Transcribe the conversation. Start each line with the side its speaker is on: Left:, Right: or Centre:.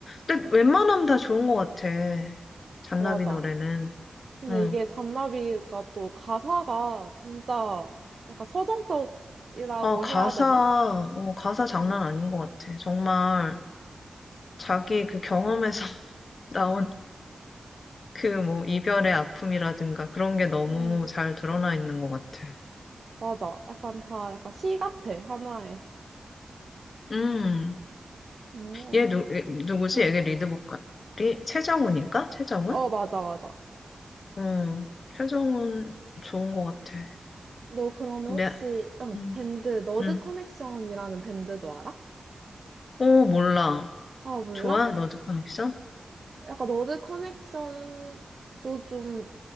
Left: 근데 웬만하면 다 좋은 것 같아. 잔나비
Right: 맞아.
Left: 노래는.
Right: 근데
Left: 응.
Right: 이게 잔나비가 또 가사가 진짜 약간 서정적이라고
Left: 아, 가사,
Right: 해야 되나?
Left: 어, 가사 장난
Right: 응,
Left: 아닌 것 같아. 정말 자기 그 경험에서 <laughs> 나온 그 뭐, 이별의 아픔이라든가 그런 게 너무
Right: 응,
Left: 잘 드러나 있는 것 같아.
Right: 맞아. 약간 다 약간 시 같아, 하나에.
Left: 음,
Right: 응,
Left: 얘 누, 누구지?
Right: 응,
Left: 얘 리드 보컬이 최정훈인가? 최정훈?
Right: 어, 맞아, 맞아.
Left: 음, 최정훈 좋은 것 같아.
Right: 너 그러면
Left: 네,
Right: 혹시, 응,
Left: 음,
Right: 밴드, 너드
Left: 음.
Right: 커넥션이라는 밴드도 알아?
Left: 어, 몰라.
Right: 아, 몰라?
Left: 좋아? 러드 커넥션?
Right: 약간 너드 커넥션도 좀,